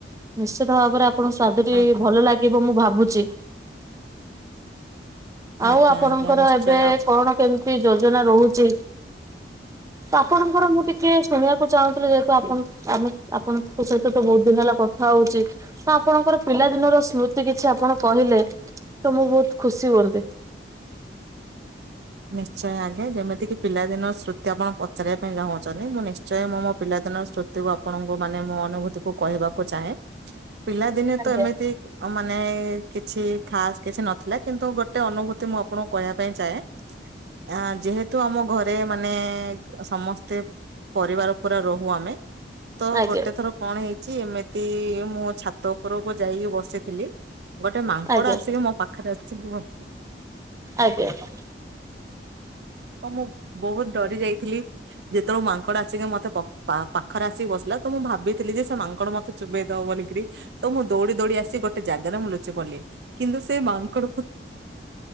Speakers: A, on the right; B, on the right.
A: ନିଶ୍ଚିତ ଭାବରେ ଆପଣ ସ୍ଵାଦ ଟି
B: ଆଜ୍ଞା।
A: ଭଲ ଲାଗିବ ମୁଁ ଭାବୁ ଚି ଆଉ
B: ଆଜ୍ଞା
A: ଆପଣଙ୍କର
B: ଆଜ୍ଞା ନିଶ୍ଚୟ
A: ଏବେ କଣ କେମିତି ଯୋଜନା ରହୁଚି? ତ ଆପଣଙ୍କର ମୁଁ ଟିକେ ଶୁଣିବାକୁ ଚାହୁଁଥିଲି ଯେହେତୁ ଆପଣ ଆମେ ଆପଣଙ୍କ ସହିତ ତ ବହୁତ ଦିନ ହେଲା କଥା ହଉଛି ନା ଆପଣଙ୍କର ପିଲାଦିନର ସ୍ମୃତି କିଛି ଆପଣ କହିଲେ ତ ମୁଁ ବହୁତ ଖୁସି ହୁଅନ୍ତି।
B: ନିଶ୍ଚୟ ଆଜ୍ଞା ଯେମିତିକି ପିଲାଦିନ ସ୍ମୃତି ଆପଣ ପଚାରିବା ପାଇଁ ଚାହୁଁଛନ୍ତି ମୁଁ ନିଶ୍ଚୟ ମୁଁ ମୋ ପିଲାଦିନ ସ୍ମୁତିକୁ ଆପଣଙ୍କୁ ମାନେ ମୁଁ ଅନୁଭୂତି କୁ କହିବାକୁ ଚାହେଁ। ପିଲାଦିନେ
A: ଆଜ୍ଞା
B: ତ ଏମିତି ମାନେ କିଛି ଖାସ୍ କିଛି ନଥିଲା। କିନ୍ତୁ ଗୋଟେ ଅନୁଭୂତି ମୁଁ ଆପଣଙ୍କୁ କହିବା ପାଇଁ ଚାହେଁ। ଆ ଯେହେତୁ ଆମ ଘରେ ମାନେ ସମସ୍ତେ ପରିବାର ପୁରା ରହୁ ଆମେ ତ
A: ଆଜ୍ଞା
B: ଗୋଟେ ଥର କଣ ହେଇ ଚି ଏମିତି ମୁଁ ଛାତ ଉପରକୁ ଯାଇକି ବସିଥିଲି। ଗୋଟେ ମାଙ୍କଡ
A: ଆଜ୍ଞା
B: ଆସିକି ମୋ ପାଖରେ ଆସିକି ବ
A: ଆଜ୍ଞା।
B: ମୁଁ ବହୁତ ଡରି ଯାଇଥିଲି ଯେତେବେଳେ ମାଙ୍କଡ ଆସିକି ମତେ ପ ପାଖରେ ଆସିକି ବସିଲା। ତ ମୁଁ ଭାବିଥିଲି ଯେ ସେ ମାଙ୍କଡ ମତେ ଚୋବେଇଦବ ବୋଲିକରି। ତ ମୁଁ ଦୌଡି ଦୌଡି ଆସି ଗୋଟେ ଜାଗାରେ ମୁଁ ଲୁ ବୋଲି। କିନ୍ତୁ ସେ ମାଙ୍କଡ ତ